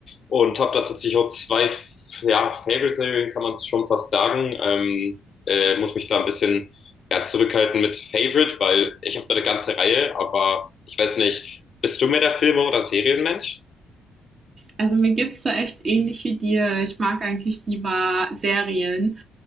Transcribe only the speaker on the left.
Und habe da tatsächlich auch zwei ja, Favorite-Serien, kann man schon fast sagen. Ähm, äh, muss mich da ein bisschen ja, zurückhalten mit Favorite, weil ich habe da eine ganze Reihe, aber ich weiß nicht, bist du mehr der Filme- oder Serienmensch?